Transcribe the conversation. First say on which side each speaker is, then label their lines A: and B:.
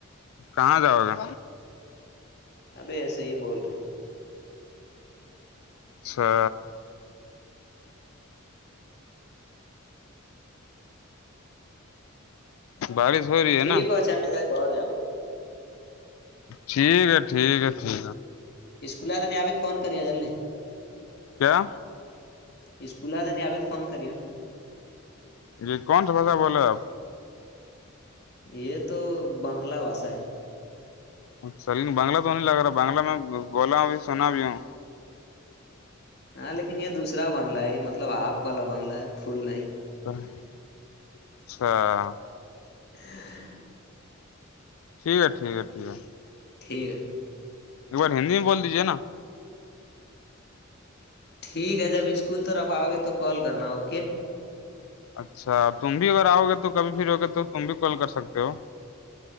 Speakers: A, on the left; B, on the left.
A: کہاں جاؤ گا
B: ابھی ایسے ہی بہت
A: اچھا بارش ہو رہی ہے
B: ٹھیک
A: نا
B: ہو اچانک جائے گھر جاؤ
A: ٹھیک ہے ٹھیک ہے ٹھیک ہے
B: اسکلا تو نہیں آبھی فون کری ہیں چلے
A: کیا
B: اسکول آ تھا نہیں آبت فون کریے
A: جی کون سا بھاشا بول رہے ہیں آپ
B: یہ تو بنگلہ بھاشا ہے
A: اچھا لیکن بنگلہ تو نہیں لگ رہا بنگلہ میں بولا ہوں بھی سنا بھی ہوں
B: ہاں لیکن یہ دوسرا بنگلہ ہے مطلب ہاف والا بنگلہ ہے پھول نہیں
A: اچھا <inaudible>
B: <inaudible> <inaudible>
A: ٹھیک ہے ٹھیک ہے ٹھیک ہے
B: ٹھیک ہے
A: ایک بار ہندی میں بول دیجیے نا
B: ٹھیک ہے جب اسکول طرف آؤ گے تو کال کرنا اوکے
A: اچھا تم بھی اگر آؤ گے تو کبھی پھرو گے تو تم بھی کال کر سکتے ہو